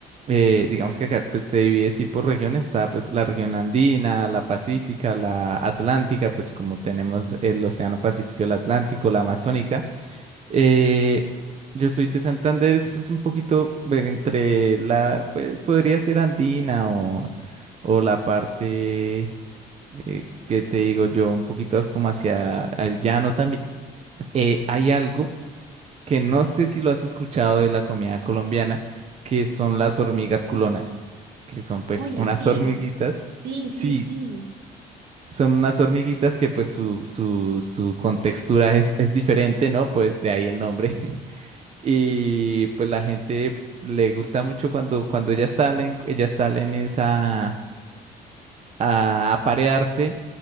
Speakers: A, on the right; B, on the right.
A: eh, digamos que acá pues se divide sí por regiones. Está pues la región andina, la pacífica, la atlántica, pues como tenemos el océano Pacífico, y el Atlántico, la amazónica. Eh, yo soy de Santander, es es un poquito eh, entre la, pues, podría ser andina o, o la parte eh, que te digo yo, un poquito como hacia el llano también. Eh, hay algo que no sé si lo has escuchado de la comida colombiana, que son las hormigas culonas, que son pues
B: Oye,
A: unas
B: sí,
A: <laughs> hormiguitas.
B: sí,
A: Sí,
B: sí, sí.
A: son unas hormiguitas que pues su, su, su contextura es, es diferente, ¿no? Pues de ahí el nombre. <laughs> Y pues la gente le gusta mucho cuando, cuando ellas salen, ellas salen esa a, a parearse.